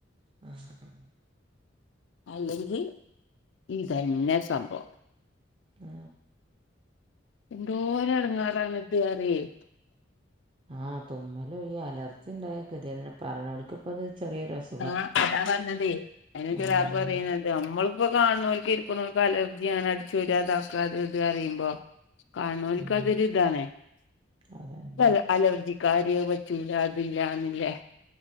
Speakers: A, on the right (about 25°); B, on the left (about 65°).
A: ആഹ ആ
B: അല്ലെങ്കിൽ ഇതന്നെ സംഭവം
A: ഏ
B: എ ന്തോര് എടങ്ങർണ് പറയ ഇത്
A: ആതുമ്മൽ ഈ അലർജി ഉണ്ടായ കതി യേട് നെ പറയണേൽ ക്ക് ഇപ്പത് ചെറിയൊ ഒരു അസ്
B: ആ അതാ പറഞ്ഞ തേ അതനെ
A: ഉം
B: കാക്കു പറയുന്നത് നമ്മളിപ്പോ കാണുന്നൽ. ഇരിക്കുന്നവക്കക്ക് അലർജി യാണ് അടിച്ചു രോ ഇക്കഅത് ഇത് പറിയുമ്പോ കാണോലിക്കാതൊരു
A: ഉം
B: ഇതാണ്അലർജി
A: അതന്നെ
B: കാര്യ പാ റ്റുല എന്നില്ലെ